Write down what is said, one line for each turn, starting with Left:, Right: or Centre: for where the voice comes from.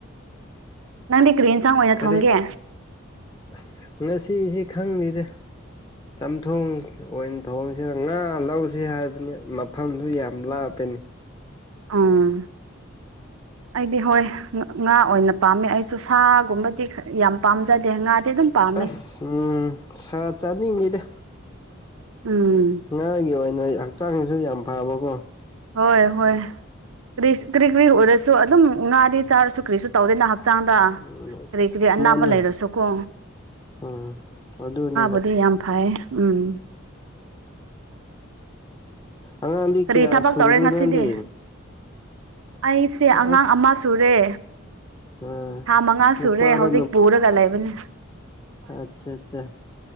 Right: ꯅꯪꯗꯤ ꯀꯔꯤ ꯏꯟꯁꯥꯡ ꯑꯣꯏꯅ
Left: ꯀꯔꯤ
Right: ꯊꯣꯡꯒꯦ
Left: ꯑꯁ ꯉꯁꯤꯁꯦ ꯈꯪꯗꯦꯗ ꯆꯝꯊꯣꯡ ꯑꯣꯏꯅ ꯊꯣꯡꯁꯦꯔꯥ ꯉꯥ ꯂꯧꯁꯤ ꯍꯥꯏꯕꯅꯤ ꯃꯐꯝꯗꯨ ꯌꯥꯝ ꯂꯥꯞꯄꯦꯅꯦ
Right: ꯎꯝ ꯑꯩꯗꯤ ꯍꯣꯏ ꯉꯥ ꯑꯣꯏꯅ ꯄꯥꯝꯃꯦ ꯑꯩ ꯆꯨꯁꯥꯒꯨꯝꯕꯗꯤ ꯌꯥꯝ ꯄꯥꯝꯖꯗꯦ ꯉꯥꯗꯤ ꯑꯗꯨꯝ ꯄꯥꯝꯃꯦ
Left: ꯑꯁ ꯎꯡ ꯁꯥ ꯆꯥꯅꯤꯡꯉꯤꯗꯥ
Right: ꯎꯝ
Left: ꯉꯥꯒꯤ ꯑꯣꯏꯅ ꯍꯛꯆꯥꯡꯁꯨ ꯌꯥꯝ ꯐꯕꯒꯣ
Right: ꯍꯣꯏ ꯍꯣꯏ ꯀꯔꯤ ꯀ꯭ꯔꯤ ꯀ꯭ꯔꯤ ꯑꯣꯏꯔꯁꯨ ꯑꯗꯨꯝ ꯉꯥꯗꯤ ꯆꯥꯔꯁꯨ ꯀꯔꯤꯁꯨ ꯇꯧꯗꯦꯅ ꯍꯛꯆꯥꯡꯗ
Left: ꯎꯝ
Right: ꯀꯔꯤ ꯀꯔꯤ ꯑꯅꯥꯕ
Left: ꯃꯥꯅꯦ
Right: ꯂꯩꯔꯁꯨꯀꯣ
Left: ꯎꯝ ꯑꯗꯨꯅꯦ
Right: ꯑꯗꯨ ꯌꯥꯝ ꯐꯩꯌꯦ ꯎꯝ
Left: ꯑꯉꯥꯡꯗꯤ
Right: ꯀꯔꯤ
Left: ꯀꯌꯥ
Right: ꯊꯕꯛ
Left: ꯁꯨꯔꯕ꯭ꯔꯣ
Right: ꯇꯧꯔꯦ ꯉꯁꯤꯗꯤ
Left: ꯅꯪꯗꯤ
Right: ꯑꯩꯁꯦ ꯑꯉꯥꯡ
Left: ꯑꯁ
Right: ꯑꯃ ꯁꯨꯔꯦ
Left: ꯑ
Right: ꯊꯥ ꯃꯉꯥ
Left: ꯅꯨꯄꯥꯔꯣ
Right: ꯁꯨꯔꯦ ꯍꯧꯖꯤꯛ ꯄꯨꯔꯒ ꯂꯩꯕꯅꯤ
Left: ꯑꯆꯥꯆꯥ